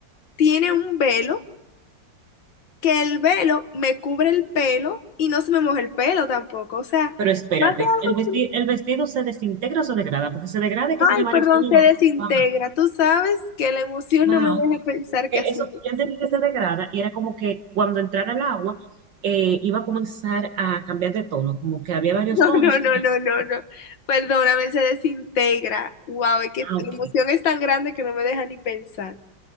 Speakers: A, on the left; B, on the right.
A: tiene un velo? que el velo me cubre el pelo y no se me moja el pelo tampoco. O sea,
B: Pero espérate,
A: va a ser algo
B: el vestido,
A: chulo.
B: el vestido se desintegra o se degrada, porque se degrada es
A: Ay,
B: que tiene varios
A: perdón,
B: tonos y
A: se
B: lo
A: desintegra.
B: baja.
A: Tú sabes que la emoción
B: Ah,
A: no me deja
B: ok.
A: pensar que
B: Que
A: así.
B: eso,
A: <laughs>
B: yo entendí que se degrada y era como que cuando entrara el agua eh, iba a comenzar a cambiar de tono, como que había varios
A: No,
B: tonos
A: no, no,
B: y
A: no,
B: así.
A: no, no. Perdóname, se desintegra. Wow, es que
B: Ah,
A: la
B: ok.
A: emoción es tan grande que no me deja ni pensar.